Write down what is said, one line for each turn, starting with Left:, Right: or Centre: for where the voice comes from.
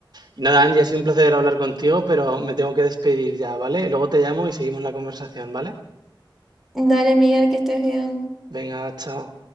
Right: Y nada, Angie, ha sido un placer hablar contigo, pero me tengo que despedir ya, ¿vale? Luego te llamo y seguimos la conversación, ¿vale?
Centre: Dale, Miguel, que estés bien.
Right: Venga, chao.